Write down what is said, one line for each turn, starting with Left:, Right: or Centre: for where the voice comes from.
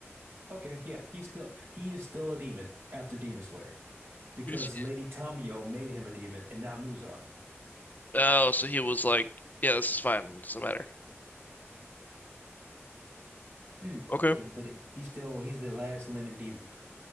Right: Okay, yeah, he's still he is still a demon after Demon Slayer because
Left: he's
Right: Lady Tamayo made him a demon and not Muzan.
Left: oh, so he was like, yeah, this is fine, it doesn't matter.
Right: Hmm.
Left: Okay,
Right: So, but he- he's still he's the last lemon demon.